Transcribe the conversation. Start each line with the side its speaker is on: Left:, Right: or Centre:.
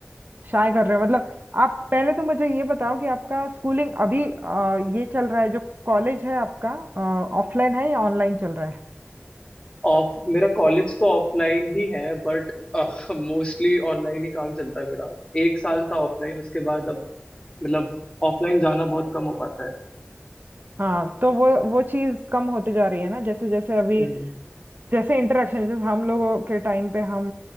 Right: शाय कर रहे हो मतलब आप पहले तो मुझे ये बताओ कि आपका स्कूलिंग अभी अ, ये चल रहा है जो कॉलेज है आपका ऑफलाइन है या ऑनलाइन चल रहा है
Left: ऑफ मेरा कॉलेज तो ऑफलाइन ही है बट मोस्टली ऑनलाइन ही काम चलता है मेरा एक साल था ऑफलाइन उसके बाद अब मतलब ऑफलाइन जाना बहुत कम हो पाता है
Right: हाँ तो वो वो चीज़ कम होते जा रही है ना जैसे जैसे अभी
Left: हम्म
Right: जैसे इंटरेक्शन जैसे हम लोगों के टाइम पे हम